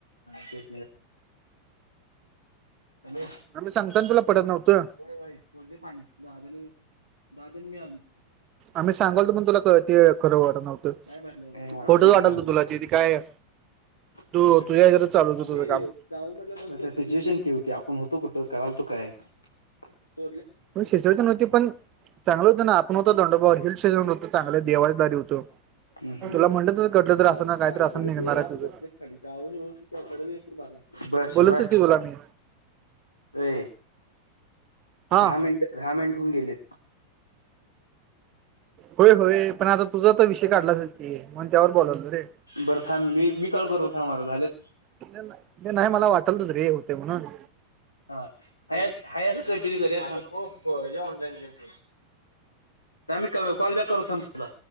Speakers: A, on the left (about 80°); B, on the right (about 35°).
A: शल ह
B: आम्ही सांगताना तुला पटत नव्हतं
A: हो बाई तोडले पाणी दहादल दादा मि आली तिथे
B: आम्ही सांगयलो पण तुला ते खरं वाट नवतो खोटच
A: काय भरलंय काय ते पाणी वाटलंय चालू
B: वाटाल
A: खरं. झालंय.
B: त तुला तिथे काय तू
A: खोटं
B: तुझ्याच्यात
A: विष
B: चाल हो
A: पाणी
B: तझं काम
A: सिच्युएशन ती होती आपण होतो कुठ कराल तो काय स
B: सिचवेशन न होती पण चांगलं होतं ना आपण होत दंडोबावर हिल स्टेशनवर होतो चांगलं देवासदारी होतो
A: ह
B: तुला म्हटलं तर घडलं तर
A: गा
B: असं ना काय
A: पाणी
B: तर
A: सगळे
B: असं निघणार
A: पिऊन
B: आहे
A: मस
B: तुझं
A: बसलेत खाली गाून येऊ डस बर
B: बोलतच
A: शिवराज
B: की तुला मी
A: अ
B: हा
A: दहा मिनिट दहा मिनिट होऊन गेलेत
B: होय होय पण आता तुझा तर विषय काढलाच की मण त्यावर बोलावलं रे
A: बरं थांब मी मी काल करतो थांबला झालेत
B: नाही नाही मला वाटल तु रे होते म्हणून
A: हाा अस कंटिन्यू करया हो ऑनलाईन गेम आमही कॉल बॅक करत तुला